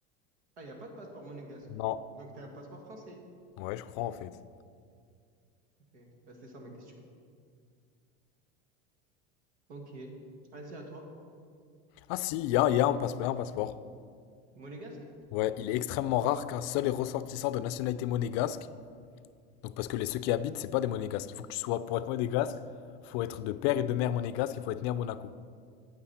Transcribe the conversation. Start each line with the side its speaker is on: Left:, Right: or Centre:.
Right: ah, y a pas de passeport monégasque.
Left: Non.
Right: Donc t'as un passeport français.
Left: Ouais, je crois, en fait.
Right: Ok. Bah, c'est ça ma question. Ok. Allez, à toi.
Left: Ah si, il y a, il y a un passeport, un passeport.
Right: Monégasque?
Left: Ouais, il est extrêmement rare qu'un seul est ressortissant de nationalité monégasque. Donc, parce que les ceux qui habitent, c'est pas des monégasques. Il faut que tu sois, pour être monégasque, faut être de père et de mère monégasque, il faut être né à Monaco.